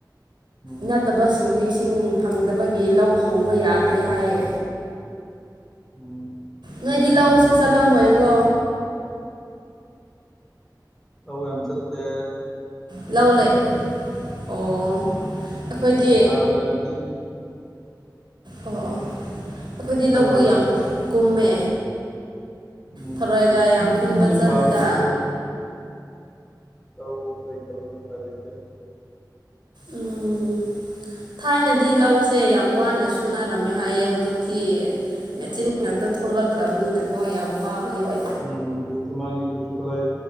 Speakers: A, in the centre; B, on the right (about 85°).
A: ꯎꯝ
B: ꯅꯠ ꯐꯠꯇꯕꯁꯤꯡꯗꯤ ꯏꯁꯤꯡ ꯐꯪꯗꯕꯒꯤ ꯂꯧ ꯍꯧꯕ ꯌꯥꯗꯦ ꯍꯥꯏꯌꯦ
A: ꯎꯝ
B: ꯅꯣꯏꯗꯤ ꯂꯧ ꯁꯨ ꯆꯠꯂꯝꯃꯣꯏꯀꯣ
A: ꯑꯧ ꯌꯥꯝ ꯆꯠꯇꯦ
B: ꯂꯧ ꯂꯩ ꯑꯣ ꯑꯩꯈꯣꯏꯗꯤ
A: ꯍꯥꯟꯅ ꯂꯩꯔꯝ
B: ꯑꯣ ꯑꯣ ꯑꯩꯈꯣꯏꯗꯤ ꯂꯧꯕꯨ
A: ꯍꯥꯏꯔꯣ ꯍꯥꯏꯔꯣ
B: ꯌꯥꯝ ꯀꯨꯝꯃꯦ
A: ꯎꯝ
B: ꯊꯔꯣꯏꯒ ꯌꯥꯝ
A: ꯑꯩꯁꯨ
B: ꯈꯨꯟꯕ
A: ꯀꯨꯝꯃꯗꯤ
B: ꯆꯠꯂꯤꯗ
A: ꯄꯥꯝꯃꯦ ꯑ ꯑꯗꯨꯣ ꯂꯧ ꯂꯩꯇꯝꯅꯤꯅ ꯎꯄꯥꯏ ꯂꯩꯇꯦ
B: ꯎꯝ ꯊꯥꯏꯅꯗꯤ ꯂꯧꯁꯦ ꯌꯥꯝ ꯋꯥꯅ ꯁꯨꯅꯔꯝꯃꯦ ꯍꯥꯏꯌꯦ ꯍꯧꯖꯤꯛꯇꯤ ꯃꯦꯆꯤꯟ ꯉꯥꯛꯇ ꯊꯣꯂꯛꯈ꯭ꯔꯕꯅꯤꯅꯀꯣ ꯌꯥꯝ ꯋꯥꯕꯗꯤ ꯑꯣꯏ
A: ꯎꯝ ꯍꯧꯖꯤꯛꯇꯤ ꯃꯥꯒꯤ ꯈꯨꯠꯁꯨ ꯈꯨꯠꯂꯥꯏ